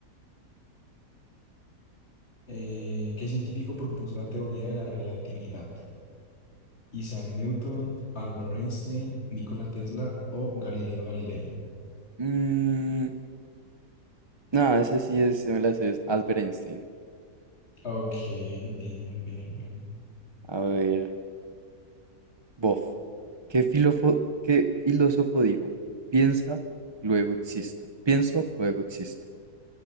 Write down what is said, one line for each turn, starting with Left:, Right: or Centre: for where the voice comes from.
Left: eh, ¿qué científico propuso la teoría de la relatividad? Isaac Newton, Albert Einstein, Nikola Tesla o Galileo Galilei.
Right: Mm, no, ese sí es, se me la sé, es Albert Einstein.
Left: Ok, bien, bien, bien, bien.
Right: A ver, bof. ¿Qué filófo- qué filósofo dijo? Piensa, luego existo. Pienso, luego existo.